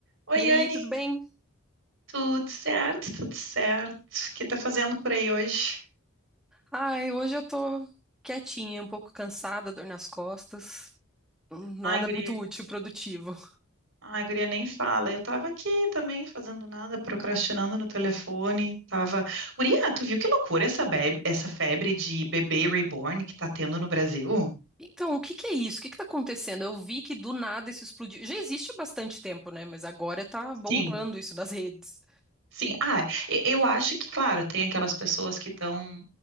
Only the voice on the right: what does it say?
Oi,
Anne,
tudo certo, tudo certo. O que tá fazendo por aí hoje?
Ai, guria,
ai, guria, nem fala. Eu tava aqui também fazendo nada, procrastinando no telefone. Tava. Guria, tu viu que loucura essa, beb- essa febre de bebê reborn que tá tendo no Brasil?
Sim.
Sim, ah, e- eu acho que, claro, tem aquelas pessoas que estão